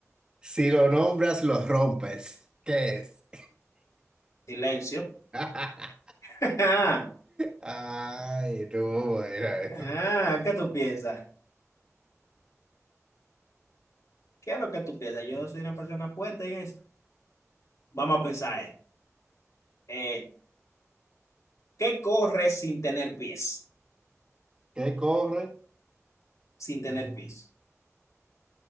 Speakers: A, on the right; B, on the left.
A: Si lo nombras, lo rompes. ¿Qué es?
B: Silencio.
A: <laughs>
B: <laughs>
A: Ay, no, era eso.
B: Ah, ¿qué tú piensas? ¿Qué es lo que tú piensas? Yo soy una persona puesta en eso. Vamos a pensar en. eh, ¿qué corre sin tener pies?
A: ¿Qué corre?
B: Sin tener pies.